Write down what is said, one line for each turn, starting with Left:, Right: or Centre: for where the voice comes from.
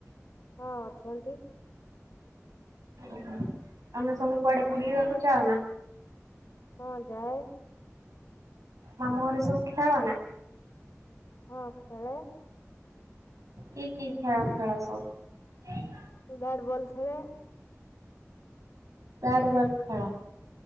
Left: ହଁ ଅଛନ୍ତି।
Right: ଓହୋ ତମେ ସବୁ କୁଆଡେ ବୁଲିବାକୁ ଯାଅ ନା?
Left: ହଁ ଯାଏ।
Right: ମାମୁଁ ଘରେ ସବୁ ଖେଳ ନା?
Left: ହଁ ଖେଳେ।
Right: କି କି ଖେଳ ଖେଳ ସବୁ?
Left: ମୁଁ ବ୍ୟାଟ୍ ବଲ ଖେଳେ।
Right: ବ୍ୟାଟ୍ ବଲ ଖେଳ।